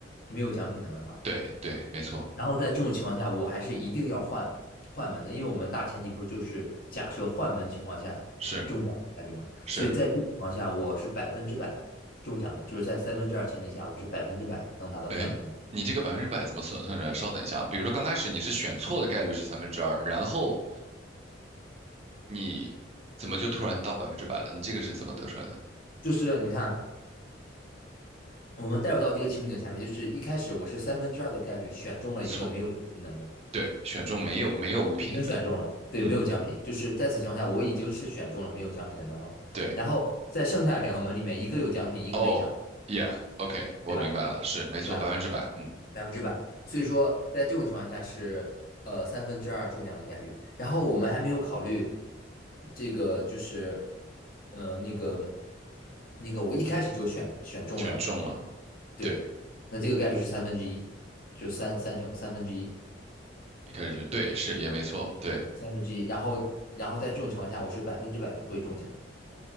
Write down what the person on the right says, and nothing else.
对对，没错，
是是，
哎，你这个百分之百怎么算算出来？稍等一下啊，比如说刚开始你是选错的概率是三分之二，然后你怎么就突然到百分之百了？你这个是怎么得出来的？
错，对，选中没有没有物品的门。
嗯，
对，
哦，yeah，OK，我明白了，
是没错，
百分之百，嗯，
全中了，
对，
一开始就对，是也没错，对，